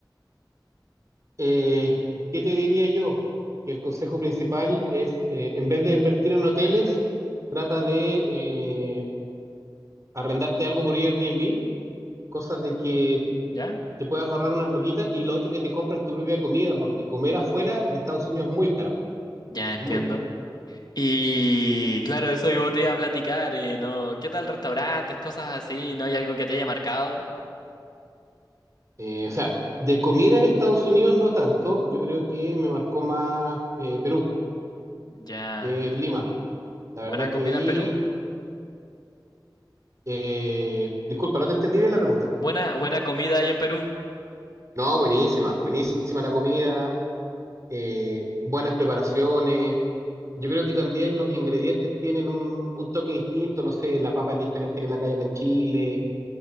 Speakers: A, on the right; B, on the left.
A: eh, ¿qué te diría yo? Que el consejo principal es, eh, en vez de invertir en hoteles, trata de eh, arrendarte algo por Airbnb, cosa de que
B: ¿Ya?
A: te puedas ahorrar unas loquitas y lo otro que te compras tu propia comida, porque comer afuera en Estados Unidos es muy caro,
B: Ya
A: es
B: entiendo.
A: muy caro.
B: Y claro, eso yo te iba a platicar, eh, ¿no? ¿Qué tal restaurantes, cosas así? ¿No hay algo que te haya marcado?
A: Eh, o sea, de comida en Estados Unidos no tanto, yo creo que me marcó más eh, Perú,
B: Ya.
A: que es Lima. La
B: ¿Buena
A: verdad
B: comida
A: que ahí,
B: en Perú?
A: eh, disculpa, no te entendí bien la pregunta.
B: Buena, buena comida ahí en Perú.
A: No, buenísima, buenísima la comida, eh, buenas preparaciones. Yo creo que también los ingredientes tienen un, un toque distinto, no sé, la papa es diferente que la que hay acá en Chile,